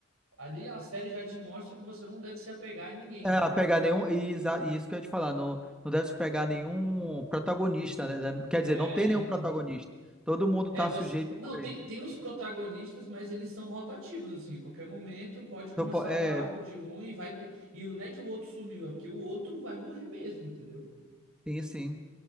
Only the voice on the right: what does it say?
ali a série já te mostra que você não deve se apegar em ninguém,
entendeu?
É,
então.
É,
você.
Não,
tem, tem os protagonistas, mas eles são rotativos, assim. A qualquer momento pode
começar
o arco de um e vai. pe- E não é que o outro sumiu, é porque o outro vai morrer mesmo, entendeu?